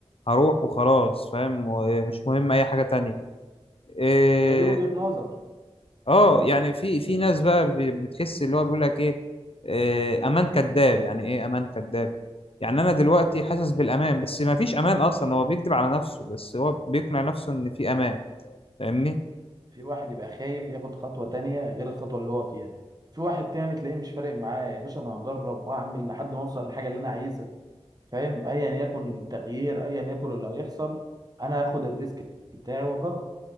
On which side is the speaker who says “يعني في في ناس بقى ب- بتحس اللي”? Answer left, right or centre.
Left